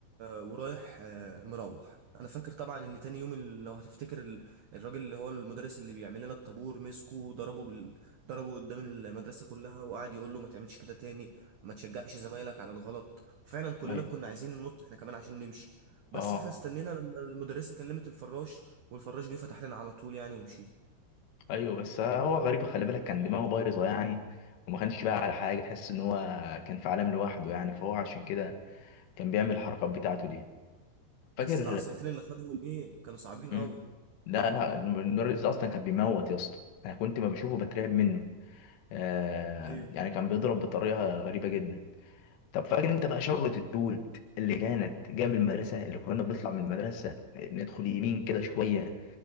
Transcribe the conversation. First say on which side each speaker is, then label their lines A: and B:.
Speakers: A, on the right; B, on the left.
A: ورايح آه، مروح انا فاكر طبعا ان تاني يوم ال- لو هتفتكر ال- الراجل اللي هو المدرس اللي بيعمل لنا الطابور مسكه وضربه بال... ضربه قدام المدرسة كلها وقعد يقول له ما تعملش كده تاني ما تشجعش زمايلك على الغلط فعلا كلنا
B: ايوه
A: كنا عايزين ننط احنا كمان عشان نمشي بس
B: اه
A: احنا استنينا لما المدرسة كلمت الفراش والفراش جه فتح لنا على طول يعني ومشينا
B: ايوه بس هو غريب خلي بالك كان دماغه بايظه يعني وما كانش بقى على حاجه تحس ان هو كان في عالم لوحده يعني فهو عشان كده كان بيعمل الحركات بتاعته دي
A: بس
B: فاكر
A: العصايتين اللي خدوهم ايه كانوا صعبين
B: مم.
A: قوي
B: لا لا المدرس ده اصلا كان بيموت يا اسطى انا كنت ما بشوفه بترعب منه آه
A: ايوه
B: يعني كان بيضرب بطريقه غريبه جدا طب فاكر انت بقى شجره التوت اللي كانت جنب المدرسه اللي كنا بنطلع من المدرسه ندخل يمين كده شويه